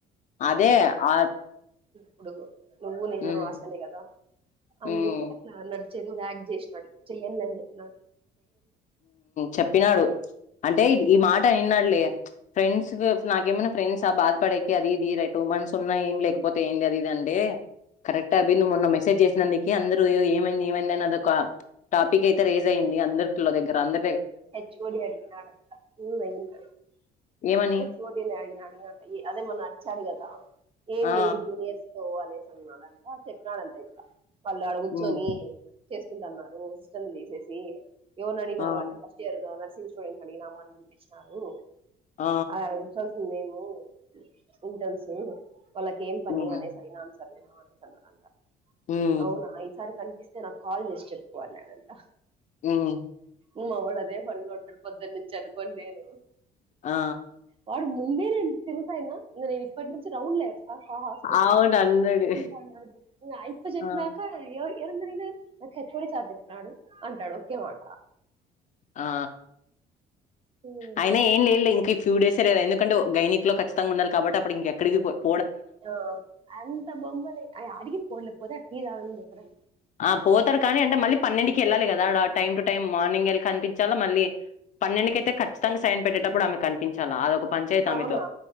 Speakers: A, on the left; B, on the right.
A: అదే ఆ
B: ప్పుడు నువ్వు నేను
A: ఉమ్
B: ఆశానే కదా అందుకు
A: ఉమ్
B: అట్లా నడుచ చదువదు ఆక్ట్ చేసినాడు చెయ్యండి అని చెప్పిన
A: చెప్పినాడు అంటే ఈ మాట నిన్నాడలే ఫ్రెండ్స్ నాకేమైన్నా ఫ్రెంస్ ఆ బాధపడేకి అది ఇది రై టూ మంత్స్ ఉన్నా ఏమి లేకపోతే ఏంది అది ఇది అంటే కరెక్ట్ అ నువ్వు మొన్న మెసేజ్ చేసినందుకు అందరూ ఏమైంది ఏమైంది అని కా టాప్ పికయితే రేజ్ అయింది అంద పిల్ల దగ్గర అంద
B: హెచ్ ఓడి అడిగినాడంట అంట
A: ఏమని
B: హెచ్ఓడిని అడిగినాడు అడిగాంట అదే మన నరిచారు కదా ఏమి
A: ఆ! ఆ!
B: జూనియర్స్ తో పోలీసు ఉన్నాడా అంటా చెప్పినాడంట ఇట్లా మళ్ళ అడగుర్చొని
A: హ్మ్.
B: చేసుకుంటున్నారు సిస్టర్ ని తీసేసి ఎవరు అడిగినారు
A: ఆ!
B: అంటే ఏదో నర్సింగ్ స్టూడెంట్ అడిగినము అని వినిపించినారు
A: ఆ!
B: అ మేము ఇంటలసు వాళ్ళకి ఏం పని
A: హ్మ్.
B: అనే సర సరేను అ చన్నద అంత
A: హ్మ్.
B: అవునా ఇసారి కనిపిస్తే నాకు కాల్ చేసి చెప్పు అన్నాడంట
A: హమ్
B: ఉమా వాళ అదే పన్ లో ఉంటారు పొద్దునించి అనుకొని నేను
A: ఆ!
B: వాడు మో తిరుసాయినా ఇప్ప రౌండ్లేస్త హాస్పిటల్
A: అవును
B: అంట
A: అన్నాడు.
B: అన్నాడు అయిప్ప చెప్పినాక
A: ఆ!
B: ఎవ ఎరందరనా నాకు హెచ్చుడి చధ చెప్న్నాడు అంటాడు ఒకే మాట
A: ఆ
B: ఉమ్,
A: అయినా ఏం లేలే ఇంక <unintelligible>
B: ఆ అంత బొమ్మలే అడికి పో లేకపోతే అ టీ రాధని చెప్పు రం
A: ఆ పోతాడు కానీ అంటే మళ్ళీ పన్నెండుకి వెళ్ళాలి కదా అడ టైం టు టైం మార్నింగ్ వెళ్ళి కనిపించలా మళ్ళీ పన్నెండుకి అయితే ఖచ్చితంగా సైన్ పెట్టేటప్పుడు ఆమె కనిపించాలా అదొక పంచాయతీ
B: అవునా
A: ఆమెతో